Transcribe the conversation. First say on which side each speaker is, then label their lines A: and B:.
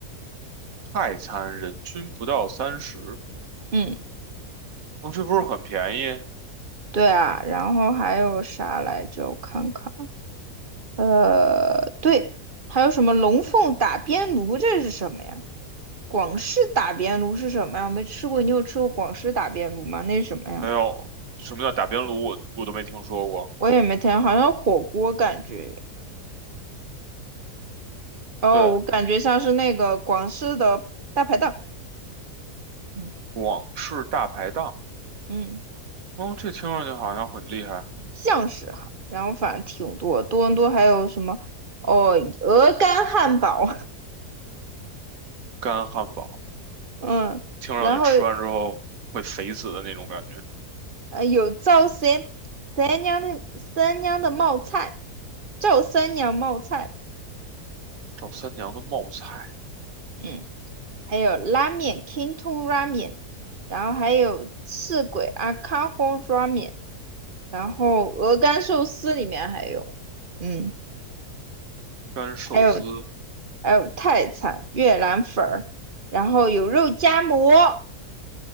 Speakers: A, on the right; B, on the right.
A: 快餐人均不到三十，
B: 嗯，
A: 哦，这不是很便宜？
B: 对啊，然后还有啥来着？我看看。呃，对，还有什么龙凤打边炉？这是什么呀？广式打边炉是什么呀？我没吃过，你有吃过广式打边炉吗？那是什么呀？
A: 没有，什么叫打边炉？我我都没听说过。
B: 我也没听，好像火锅感觉。哦，
A: 对，
B: 我感觉像是那个广式的大排档，嗯
A: 广式大排档，
B: 嗯，
A: 哦，这听上去好像很厉害。
B: 像是哈。然后反正挺多，多伦多还有什么哦，鹅肝汉堡，
A: 干汉堡，
B: <laughs> 嗯，
A: 听上去吃完之后会肥死的那种感觉。
B: 然后呃，有赵三三娘的三娘的冒菜，赵三娘冒菜，
A: 赵三娘的冒菜，
B: 嗯，还有拉面 Kinton Ramen，然后还有赤鬼 Akaho Ramen，然后鹅肝寿司里面还有，嗯，
A: 干寿司。
B: 还有还有泰餐越南粉儿，然后有肉夹馍。